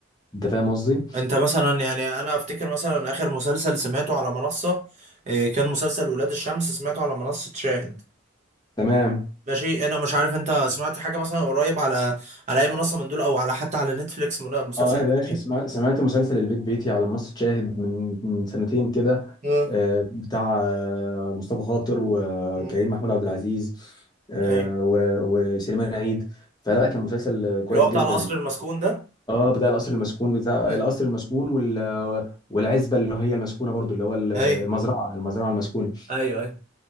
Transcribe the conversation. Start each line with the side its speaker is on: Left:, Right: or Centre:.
Left: انت فاهم قصدي
Right: انت مثلا يعني انا افتكر مثلا اخر مسلسل سمعته على منصه آه، كان مسلسل ولاد الشمس سمعته على منصه شاهد
Left: تمام
Right: ماشي انا مش عارف انت سمعت حاجه مثلا قريب على على اي منصه من دول او على حتى على نتفليكس من- مسلسل
Left: اه يا باشا
Right: اجنبي
Left: سمع- سمعت مسلسل البيت بيتي على منصة شاهد من من سنتين كده
Right: اه
Left: آه، بتاع آه، مصطفى خاطر وكريم
Right: م.
Left: محمود عبد العزيز آه،
Right: ايوه
Left: و- وسليمان عيد فلا كان مسلسل كويس
Right: اللي هو بتاع
Left: جدا
Right: القصر المسكون ده
Left: اه بتاع القصر المسكون بتاع
Right: م.
Left: القصر المسكون وال- والعزبة اللي هي المسكونة برضو اللي هو المزرعة
Right: ايوه
Left: المزرعة المسكونة
Right: ايوه ايوه